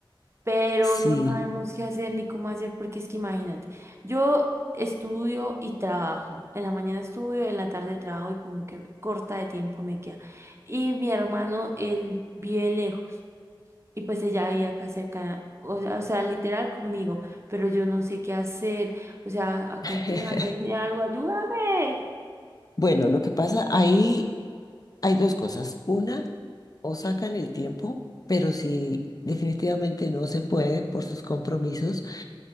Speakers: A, on the right (about 30°); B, on the left (about 45°).
A: pero
B: Sí.
A: no sabemos qué hacer ni cómo hacer, porque es que imagínate, yo estudio y trabajo, en la mañana estudio, en la tarde trabajo y como que corta de tiempo me queda. Y mi hermano, él vive lejos y pues ella vive acá cerca, o sea, o sea, literal conmigo, pero yo no sé qué hacer, o sea, aconséjame,
B: <laughs>
A: dime algo, ayúdame.
B: Bueno, lo que pasa, ahí hay dos cosas. Una, o sacan el tiempo, pero si definitivamente no se puede por sus compromisos,